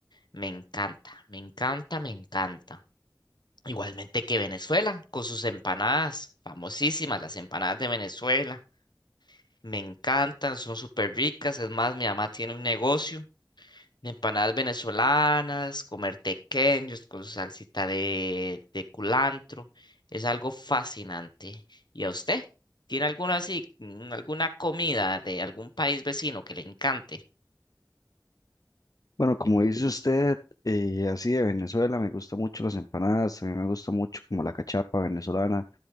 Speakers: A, on the left; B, on the left.
A: me encanta, me encanta, me encanta. Igualmente que Venezuela, con sus empanadas, famosísimas las empanadas de Venezuela, me encantan, son súper ricas, es más, mi mamá tiene un negocio de empanadas venezolanas, comer tequeños con su salsita de, de culantro. Es algo fascinante. ¿Y a usted? ¿Tiene alguna así, mm, alguna comida de algún país vecino que le encante?
B: Bueno, como dice usted, eh, así de Venezuela, me gustan mucho las empanadas, también me gusta mucho como la cachapa venezolana.